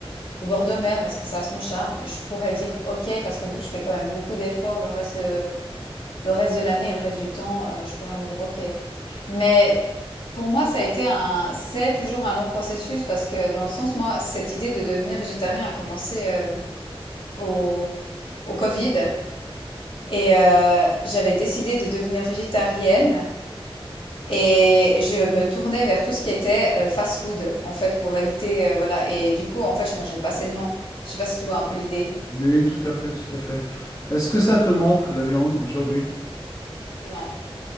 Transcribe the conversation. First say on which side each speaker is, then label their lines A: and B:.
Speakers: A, on the left; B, on the left.
A: au bord de mer parce que ça a son charme. Je pourrais dire OK parce que vu que je fais quand même beaucoup d'efforts le reste de le reste de l'année et le reste du temps, euh, je pourrais me dire OK. Mais pour moi, ça a été un c'est toujours un long processus parce que dans le sens moi, cette idée de devenir végétarien a commencé euh, au au Covid et euh, j'avais décidé de devenir végétarienne. Et je me tournais vers tout ce qui était euh, fast-food, en fait, pour éviter, euh, voilà. Et du coup, en fait, je mangeais pas sainement. Je sais pas si tu vois un peu l'idée.
B: Oui, tout à fait, tout à fait. Est-ce que ça te manque, la viande, aujourd'hui?
A: Non.